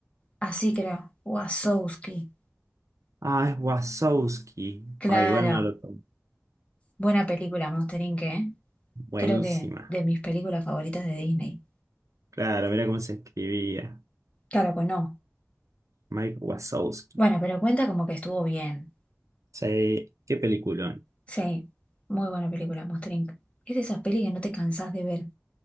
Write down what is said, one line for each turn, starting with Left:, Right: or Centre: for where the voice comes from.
Left: Así creo. Wazowski.
Right: Ah, es Wazowski.
Left: Claro.
Right: Ah, igual no lo tomo.
Left: Buena película, Monster Inc., ¿eh?
Right: Buenísima.
Left: Creo que de mis películas favoritas de Disney.
Right: Claro, mira cómo se escribía.
Left: Claro que no.
Right: Mike Wazowski.
Left: Bueno, pero cuenta como que estuvo bien.
Right: Sí, qué peliculón.
Left: Sí, muy buena película, Monster Inc. Es de esas pelis que no te cansás de ver.